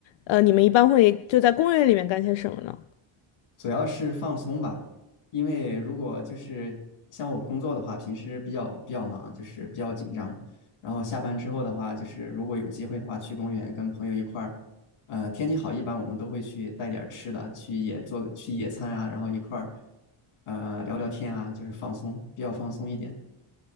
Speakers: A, on the left; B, on the left.
A: 呃，你们一般会就在公园里面干些什么呢？
B: 主要是放松吧，因为如果就是像我工作的话，平时比较比较忙，就是比较紧张。然后下班之后的话，就是如果有机会的话，去公园跟朋友一块儿，呃，天气好，一般我们都会去带点儿吃的，去野做个去野餐啊，然后一块儿，呃，聊聊天啊，就是放松，比较放松一点。